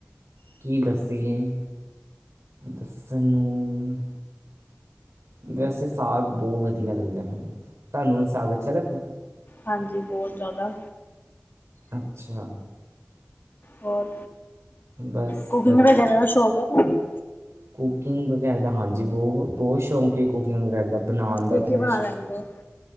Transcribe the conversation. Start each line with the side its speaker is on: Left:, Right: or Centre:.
Right: ਕੀ ਦੱਸੀਏ। ਦੱਸਣ ਨੂੰ ਵੈਸੇ ਸਾਗ ਬੋ ਵਧੀਆ ਲੱਗਦਾ ਹੈ ਮੈਨੂੰ ਤਾਨੂ ਸਾਗ ਅੱਛਾ ਲੱਗਦਾ?
Left: ਹਾਂਜੀ ਬਹੁਤ ਜਾਦਾ
Right: ਅੱਛਾ
Left: ਹੋਰ
Right: ਬਸ
Left: ਕੁਕਿੰਗ
Right: ਵਧੀਆ
Left: ਵਗੈ ਦਾ ਸ਼ੌਕ ਹੈ ਤੁਹਾਨੂੰ?
Right: ਕੁਕਿੰਗ ਵਗੈਰਾ ਦਾ ਹਾਂਜੀ ਬਹੁ ਬਹੁਤ ਸ਼ੌਂਕ ਹੈ ਕੁਕਿੰਗ ਵਗੈਰਾ ਦਾ। ਬਣਾਉਣ ਦਾ
Left: ਕੀ ਕੀ
Right: ਤੇ ਮੈ
Left: ਬਣਾ ਲੈਂਦੇ ਹੋ